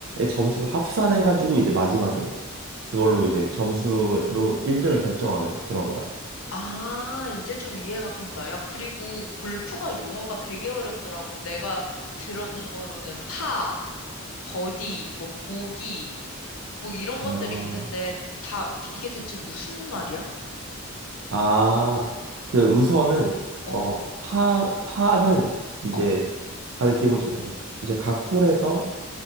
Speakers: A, on the right; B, on the left.
A: 점수를 합산해 가지고 이제 마지막에 그걸로 이제 점수로 1등을 결정하는 그런 거야.
B: 아, 이제 좀 이해가 간다. 야, 그리고 골프가 용어가 되게 어렵더라고. 내가 들어본 거로는 파, 버디, 뭐 보기, 뭐 이런 것들이
A: 어,
B: 있는데 다 이게 대체 무슨 말이야?
A: 아, 그 우선은
B: 어,
A: 어, 파 파는 이제
B: 어,
A: 가장 기본적인 건데 이제 각 홀에서